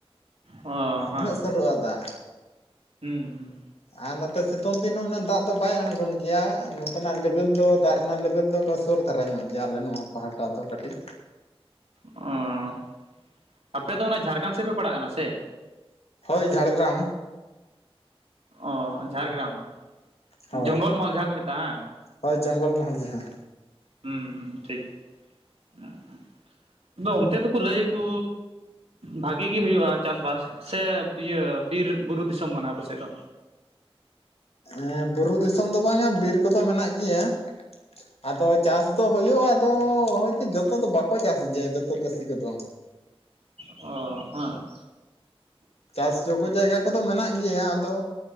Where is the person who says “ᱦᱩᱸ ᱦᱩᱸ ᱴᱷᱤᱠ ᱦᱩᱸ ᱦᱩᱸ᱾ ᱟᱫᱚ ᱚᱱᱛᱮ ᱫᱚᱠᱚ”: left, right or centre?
Right